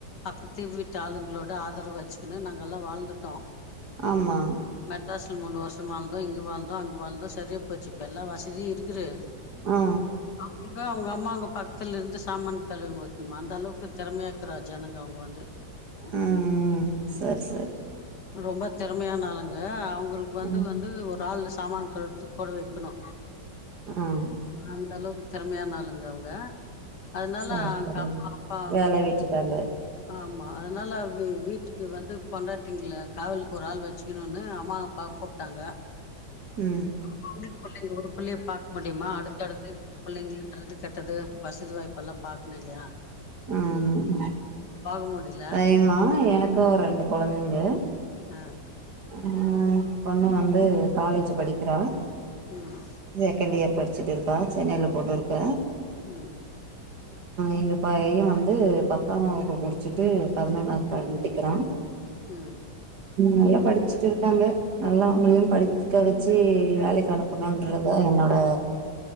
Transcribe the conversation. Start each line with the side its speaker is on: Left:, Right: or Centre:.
Left: பக்கத்து வீட்டு ஆளுங்களோட ட ஆதரவு வச்சிக்கின்னு நாங்க எல்லா வாழ்ந்துட்டோ
Right: ஆமா
Left: மெட்ராஸ்ல மூணு வருஷம் வாழ்ந்தோ இங்க வாழ்ந்தோ அங்க வாழ்ந்தோ சரியா போச்சு இப்போ எல்லா வசதியு இருக்குது
Right: ஆ
Left: அவுங்களுக்கு அவுங்க அம்மாவுங்க பக்த்துல இருந்து சாமான் கழுவி வைக்கணுமா அந்த அளவுக்கு திறமையாக்குறா ஜனங்க அவுங்க வந்து
Right: ம் சரி சரி
Left: ரொம்ப தெறமையானாளுங்க அவுங்களுக்கு வந்து
Right: ம்
Left: வந்து ரால்ல சாமான்கள் கழுவத்துகூட வக்கணு
Right: ம்
Left: அந்த அளவுக்கு திறமையான ஆளுங்க அவுங்க அதனால
Right: சரி
Left: அங்க
Right: சரி
Left: அப்பா
Right: வேல விட்டுட்டாங்க
Left: ஆமா அதனால வீ வீட்டுக்கு வந்து பொண்டாட்டிங்கள காவலுக்கு ஒரு ஆள் வச்சுக்குணுனு அம்மா அப்ப கூப்ட்டாங்க
Right: ம்
Left: ஆமா உங்ளுக் பிள்ளைங்க ஒரு பிள்ளையை பாக்க முடியுமா அடுத்து அடுத்து இருக்க புள்ளைங்க நல்லதுகெட்டது வசதி வாய்ப்பு எல்லா பாக்ணு இல்லையா
Right: ம் ஆமா
Left: பாக்க முடில
Right: அ எமா எனக்கு ரெண்டு கொழந்தைங்க
Left: ஆ
Right: அ பொண்ணு வந்து காலேஜ் படிக்கிறா
Left: ம்
Right: செகண்ட் இயர் படிச் ச்சிட்டு இருக்கா சென்னையில போட்டுருக்க
Left: ம்
Right: எங்க பைய வந்து பத்தாம் வகுப்பு முடிச்சிட்டு பதினொன்னாவ்து படிக்கிறா
Left: ம்
Right: நல்லா படிச்சுட்டு இருக்காங்க நல்லா அவுங்களையும் படிக்க வச்சி வேலைக்கு அனுப்பணுன்றத என்னோட